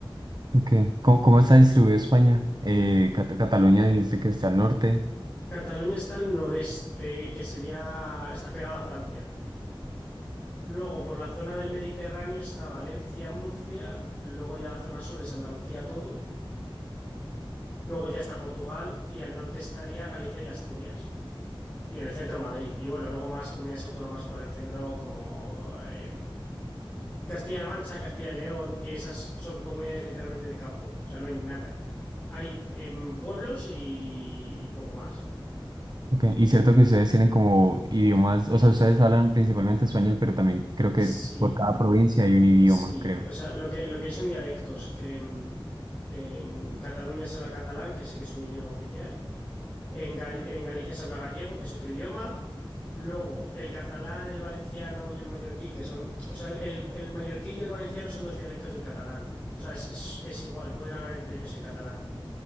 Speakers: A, on the right (about 50°); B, on the left (about 15°).
A: ok. ¿Cómo, cómo está distribuido España? Eh, Cata- Cataluña dijiste que está al norte.
B: Cataluña está al noreste, que sería, está pegada a Francia. Luego, por la zona del Mediterráneo está Valencia, Murcia, luego ya la zona sur es Andalucía todo, luego ya está Portugal y al norte estaría Galicia y Asturias, y en el centro Madrid. Y bueno, luego más comunidades autónomas por el centro como eh, Castilla-La Mancha, Castilla y León, que esas son comunidades literalmente de campo, o sea, no hay nada. Hay eh, pueblos y, y poco más.
A: Ok. Y cierto que ustedes tienen como idiomas, o sea, ustedes hablan principalmente español, pero también creo que
B: Sí,
A: por cada provincia hay un idioma,
B: sí,
A: creo.
B: o sea, lo que, lo que hay son dialectos, que mm, en Cataluña se habla catalán, que sí que es un idioma oficial. En, Gal- en Galicia se habla gallego, que es otro idioma. Luego, el catalán, el valenciano y el mallorquí, que son, o sea, el, el- el mallorquí y el valenciano son dos dialectos del catalán. O sea, es, es- es igual, pueden hablar entre ellos en catalán.